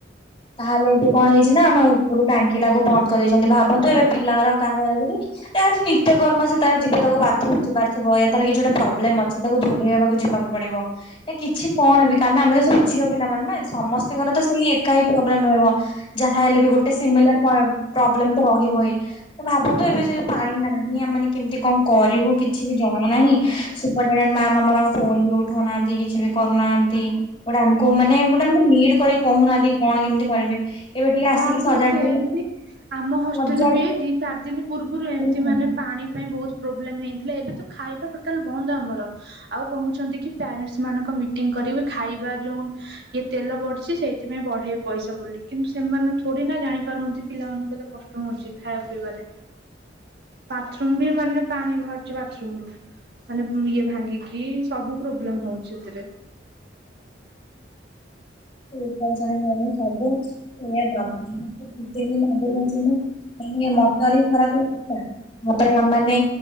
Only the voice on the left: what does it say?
ତାହେଲେ ଏବେ କଣ ହେଇଛି ନା ଆମ ଉପରୁ ଟାଙ୍କି ଟାକୁ ବନ୍ଦ କରିଦେଇଛନ୍ତି ଭାବନ୍ତୁ ଏବେ ପିଲାଙ୍କର କ। <inaudible> ଏ ଆଜି ନିତ୍ୟକର୍ମ ସେ ତାର ଯିବ ତାକୁ ବାଥରୁମ ଯିବାର ଥିବ ୟା ତାର କିଛି ଗୋଟେ ପ୍ରୋବଲେମ୍ ଅଛି। ତାକୁ ଧୋଇ ଧେଇ ହେବାକୁ ଯିବାକୁ ପଡିବ। ଏ କିଛି କଣ ବି କାରଣ ଆମେ ତ ସବୁ ଝିଅ ପିଲାମାନେ ନା ସମସ୍ତଙ୍କର ତ ସେଇ ଏକା ହିଁ ପ୍ରୋବଲେମ୍ ରହିବ। ଯାହାହଲେ ବି ଗୋଟେ ସିମିଲାର ପ୍ର ପ୍ରବ୍ଲେମ ତ ରହିବ ହି। ତ ଭାବନ୍ତୁ ଏବେ ସେ ଯୋଉ ପାଣି ନାହିଁ ଆମେ ମାନେ କେମିତି କଣ କରିବୁ କିଛି ବି ଜଣା ନାହିଁ। ମାମ୍ ଆମର ଫୋନ ବି ଉଠଉନାହାନ୍ତି କିଛି ବି କରୁନାହାନ୍ତି। ଗୋଟେ ଆମକୁ ମାନେ ଗୋଟେ ଆମକୁ ନିଡ଼ି କରିକି କହୁନାହାନ୍ତି କଣ କେମିତି କରିବେ? ଏବେ ଟିକେ
ଆସିକି
ସଜାଡି
ଦେଲେ
ସଜାଡି
ଦେଲେ।
<unintelligible> ସେ ପ୍ରବ୍ଲେମ <unintelligible> ନା ମାନେ ମଟର ବି ଖରାପ ହେଇଥିଲା। ତାପରେ ଆମମାନେ